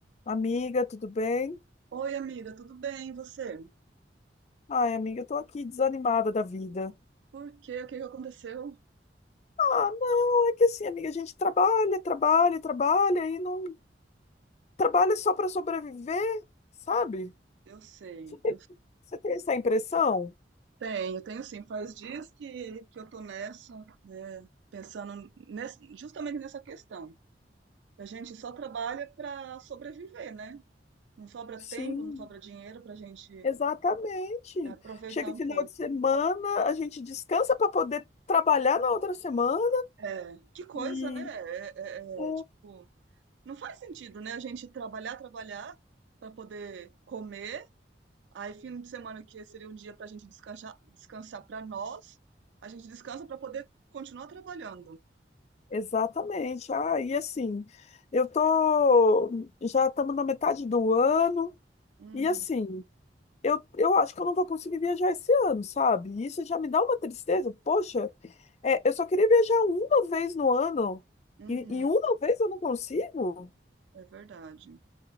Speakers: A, on the left; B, on the right.
A: Amiga, tudo bem?
B: Oi, amiga, tudo bem? E você?
A: Ai, amiga, eu tô aqui desanimada da vida.
B: Por quê? O que que aconteceu?
A: Ah, não, é que assim, amiga, a gente trabalha, trabalha, trabalha e não trabalha só para sobreviver, sabe?
B: Eu sei,
A: Você tem,
B: eu
A: você tem essa impressão?
B: tenho, tenho sim. Faz dias que, que eu tô nessa, né? Pensando nessa, justamente nessa questão. A gente só trabalha para sobreviver, né? Não sobra
A: Sim,
B: tempo, não sobra dinheiro pra gente
A: exatamente.
B: aproveitar
A: Chega
B: um
A: final
B: pouco.
A: de semana, a gente descansa para poder trabalhar na outra semana
B: É, que coisa,
A: e
B: né? É, é, é,
A: é,
B: é, tipo, não faz sentido, né? A gente trabalhar, trabalhar para poder comer Aí, fim de semana que seria um dia para a gente descansar, descansar para nós, a gente descansa para poder continuar trabalhando.
A: exatamente. Ah, e assim, eu tô já estamos na metade do ano
B: Uhum,
A: e assim Eu, eu acho que eu não vou conseguir viajar esse ano, sabe? E Isso já me dá uma tristeza. Poxa, é, eu só queria viajar uma vez no ano
B: uhum,
A: e, e uma vez eu não consigo?
B: é verdade.